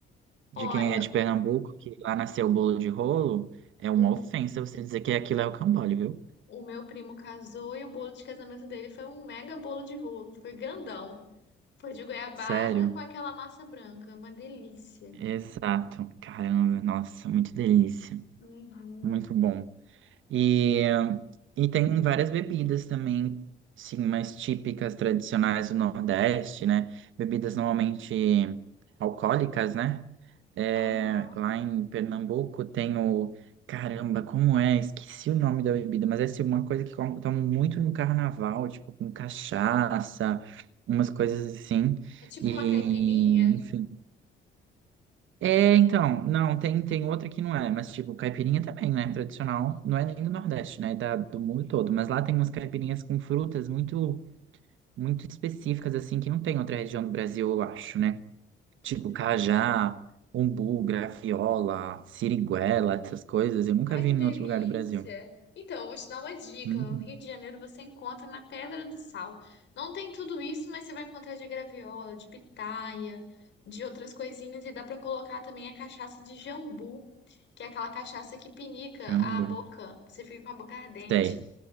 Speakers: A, on the left; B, on the right.
A: Olha,
B: de quem é de Pernambuco, que lá nasceu o bolo de rolo, é uma
A: o,
B: ofensa você dizer que aquilo é rocambole, viu?
A: o meu primo casou e o bolo de casamento dele foi um mega bolo de rolo, foi grandão. Foi de goiabada
B: Sério?
A: com aquela massa branca, uma delícia.
B: Exato. Caramba, nossa, muito delícia.
A: Uhum.
B: Muito bom. E, e tem várias bebidas também, sim, mais típicas, tradicionais do Nordeste, né? Bebidas normalmente alcoólicas, né? É,
A: Aham.
B: lá em Pernambuco tem o... Caramba, como é? Esqueci o nome da bebida, mas é assim, uma coisa que com- tomam muito no carnaval, tipo com cachaça, umas coisas assim.
A: É tipo
B: E,
A: uma caipirinha?
B: enfim. É, então, não, tem, tem outra que não é, mas tipo, caipirinha também, né? Tradicional, não é nem do Nordeste, né? É da, do mundo todo. Mas lá tem umas caipirinhas com frutas muito, muito específicas, assim, que não tem em outra região do Brasil, eu acho, né?
A: Uhum.
B: Tipo, cajá, umbu, graviola, siriguela, essas coisas, eu nunca
A: Ai,
B: vi
A: que
B: em
A: delícia!
B: outro lugar do Brasil.
A: Então, eu vou te dar uma dica.
B: Hum,
A: No Rio de Janeiro você encontra na Pedra do Sal. Não tem tudo isso, mas você vai encontrar de graviola, de pitaia, de outras coisinhas. E dá pra colocar também a cachaça de jambu, que é aquela cachaça que pinica
B: jambu.
A: a boca. Você fica com a boca ardente.
B: Sei,